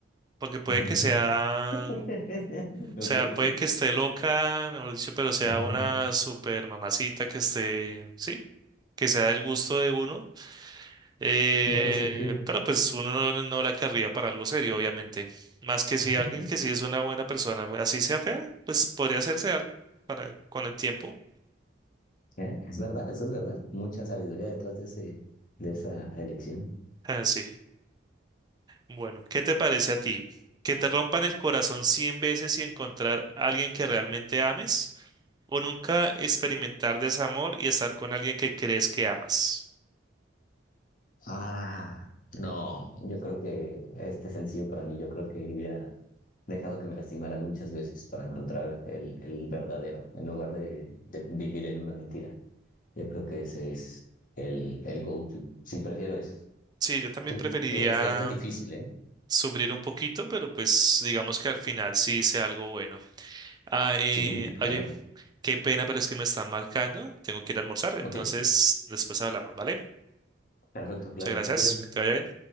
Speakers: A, on the right; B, on the left.
A: Porque puede
B: Ujú.
A: que sea,
B: <laughs>
A: o
B: Ok,
A: sea, puede
B: sí.
A: que esté loca, mejor dicho, pero sea
B: Ajá,
A: una
B: ajá.
A: super mamacita que esté, sí, que sea del gusto de uno. Eh,
B: Claro, se defiende.
A: pero pues uno no, no no la querría para algo serio, obviamente. Más que si
B: <laughs>
A: alguien que sí es una buena persona, así sea fea, pues podría hacerse algo para, con el tiempo.
B: ¿Eh? Es verdad, eso es verdad. Mucha sabiduría detrás de ese, de esa elección.
A: Ah, sí. Bueno, ¿qué te parece a ti? ¿Que te rompan el corazón 100 veces y encontrar a alguien que realmente ames? ¿O nunca experimentar desamor y estar con alguien que crees que amas?
B: Ah, no, yo creo que este sencillo para mí, yo creo que hubiera dejado que me lastimaran muchas veces para encontrar el, el verdadero, en lugar de, de vivir en una mentira. Yo creo que ese es el, el go-to. Sí, prefiero ese.
A: Sí, yo también
B: Tú,
A: preferiría
B: tú, este, este es difícil, ¿eh?
A: sufrir un poquito, pero pues digamos que al final sí hice algo bueno. Ah, eh,
B: Sí, claro.
A: oye, qué pena, pero es que me están marcando. Tengo que ir a almorzar, entonces
B: Ok,
A: después hablamos, ¿vale?
B: perfecto, claro.
A: Muchas gracias,
B: Cuídate.
A: que te vaya bien.